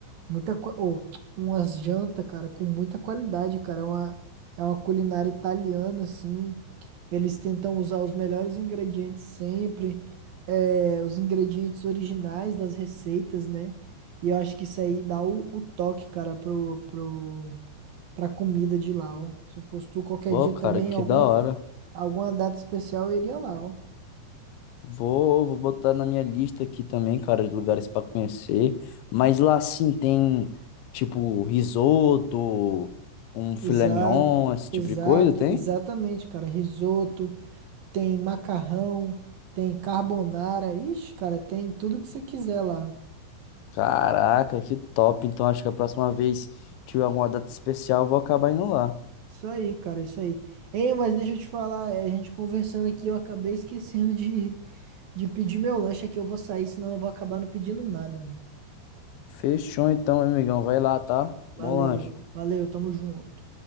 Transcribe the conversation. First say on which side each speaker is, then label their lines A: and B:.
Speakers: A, on the right; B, on the left.
A: muita qua- ou umas jantas, cara, com muita qualidade, cara. É uma, é uma culinária italiana, assim. Eles tentam usar os melhores ingredientes sempre, é, os ingredientes originais das receitas, né? E eu acho que isso aí dá o, o toque, cara, pro, pro, pra comida de lá, ó. Se eu fosse tu qualquer
B: Pô,
A: dia
B: cara,
A: também,
B: que
A: alguma,
B: da hora.
A: alguma data especial eu iria lá, ó.
B: Vou, vou botar na minha lista aqui também, cara, de lugares para conhecer. Mas lá sim tem, tipo, risoto, um filé
A: Exato,
B: mignon, esse
A: exato,
B: tipo de coisa, tem?
A: exatamente, cara. Risoto, tem macarrão, tem carbonara. Ixi, cara, tem tudo que você quiser lá.
B: Caraca, que top. Então acho que a próxima vez tiver alguma data especial, eu vou acabar indo lá.
A: Isso aí, cara, isso aí. Ei, mas deixa eu te falar, é, a gente conversando aqui, eu acabei esquecendo de, de pedir meu lanche aqui. Eu vou sair, senão eu vou acabar não pedindo nada, mano.
B: Fechou então, meu amigão. Vai lá, tá?
A: Valeu,
B: Bom lanche.
A: valeu, tamo junto.